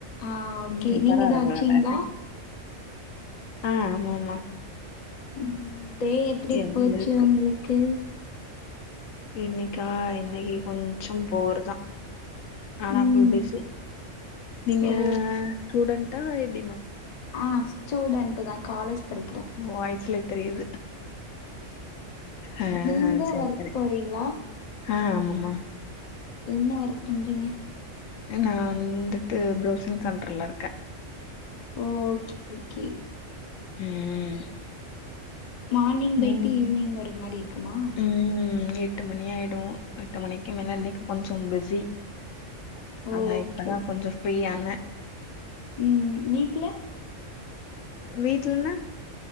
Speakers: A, on the left (about 40°); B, on the left (about 80°).
A: ஆ ஓகே
B: ம் பரவால்ல
A: நீங்க எதா அடிச்சீங்ளா
B: பரவால்ல ஆ ஆமாமா
A: ம் டே எப்டி
B: அப்டி
A: போச்சு
B: இருக்கு
A: உங்களுக்கு
B: இன்னைக்கா இன்னைக்கு கொஞ்சம் போர் தா ஆனா
A: ம்
B: ஃபுல் பிஸி நீங்க
A: ஓ
B: ஸ்டூடன்டா எப்டிமா
A: ஆ ஸ்டூடெண்டு தா காலேஜ் படிக்கிறே
B: வாய்ஸ்லே தெரியுது ஆ
A: நீங்க
B: ஆ செரி
A: ஒர்க்
B: செரி
A: போறீங்ளா
B: ஆ ஆமாமா
A: என்ன ஒர்க் பண்றீங்க
B: நா வந்துட்டு ப்ரௌசிங் சென்டர்ல இருக்கே
A: ஓ ஓகே கே
B: ம்
A: மார்னிங் போயிட்டு
B: ம்
A: ஈவ்னிங் வர மாரி இருக்குமா
B: ம் எட்டு மணி ஆயிடு எட்டு மணிக்கு மேல இன்னைக்கு கொஞ்சோ பிஸி
A: ஓ
B: அதா
A: ஓகே
B: இப்பதா கொஞ்சோ ஃப்ரீயான
A: ம் வீட்ல
B: வீட்லனா